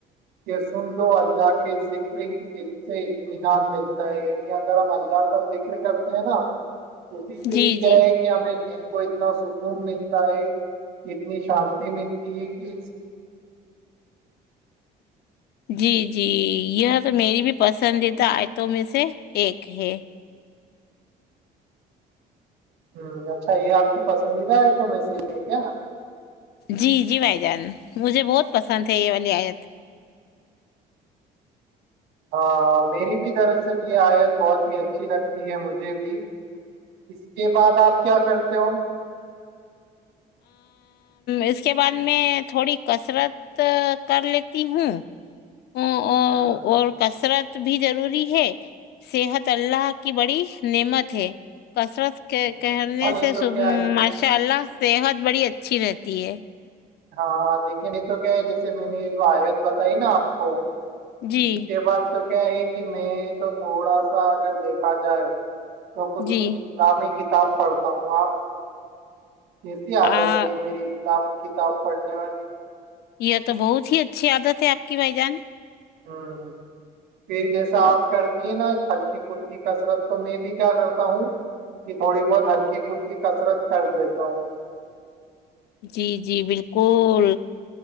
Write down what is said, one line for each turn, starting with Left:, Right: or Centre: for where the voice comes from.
Right: کہ سن لو اللہ کے ذکر ہی دل سے اطمینان ملتا ہے یعنی اگر ہم اللہ کا ذکر کرتے ہیں نا اسی سے
Left: جی
Right: ہی کیا
Left: جی
Right: ہے کہ ہمیں کو اتنا سکون ملتا ہے اتنی شانتی ملتی ہے کہ
Left: جی جی یہ تو میری بھی پسندیدہ آیتوں میں سے سے ایک ہے
Right: ہہم اچھا یہ آپ کی پسندیدہ ہے تو میں سے ہے کیا
Left: جی جی بھائی جان مجھے بہت پسند ہے یہ والی آیت
Right: ہاں میری بھی دراصل یہ آیت بہت ہی اچھی لگتی ہے مجھے بھی اس کے بعد آپ کیا کرتے ہو
Left: اس کے بعد میں تھوڑی کثرت کر لیتی ہوں ا
Right: ہوں
Left: اور کثرت بھی ضروری ہے صحت اللہ کی بڑی نعمت ہے کثرت کے
Right: اچھا
Left: کہنے
Right: اچھا یہ
Left: سےب
Right: تو کیا ہے
Left: ماشاء اللہ صحت بڑی اچھی رہتی ہے
Right: ہاں لیکن یہ تو کیا ہے جیسے میں نے جو آیت بتائی نا آپ کو
Left: جی
Right: اس کے بعد تو کیا ہے کہ میں تو تھوڑا سا اگر دیکھا جائے تو کچھ
Left: جی
Right: کچھ اسلامک کتاب پڑھتا ہوں آپ کیسی عادت
Left: آ
Right: ہے یہ میری ساب کتاب <unintelligible> پڑھنے والے <unintelligible>
Left: یہ تو بہت ہی اچھی عادت ہے آپ کی بھائی جان
Right: ہہم پھر جیسا
Left: ہاں
Right: آپ کرتی ہیں نا ہلکی پلکی کثرت تو میں بھی کیا کرتا ہوں کہ تھوڑی بہت ہلکی پلکی کثرت کر لیتا ہوں
Left: جی جی بالکل